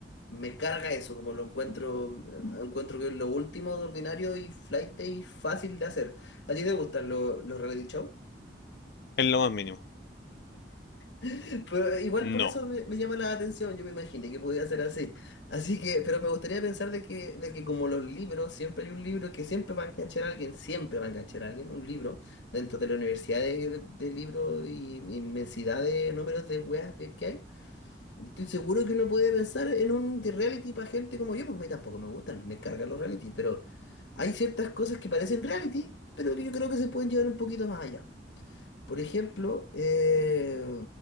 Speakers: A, on the left; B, on the left.
A: Me carga eso, como lo encuentro, encuentro que es lo último de ordinario y flaite y fácil de hacer. ¿A ti te gustan lo- los reality show
B: En lo más mínimo.
A: <laughs> Pero igual
B: No.
A: por eso me, me llama la atención, yo me imaginé que podía ser así. Así que, pero me gustaría pensar de que, de que como los libros, siempre hay un libro que siempre va a enganchar a alguien, siempre va a enganchar a alguien, un libro, dentro de la universidad de, de libros y inmensidad de números de weas que hay Estoy seguro que uno puede pensar en un de reality para gente como yo, porque a mí tampoco me gustan, me cargan los reality, pero hay ciertas cosas que parecen reality, pero que yo creo que se pueden llevar un poquito más allá. Por ejemplo, eh,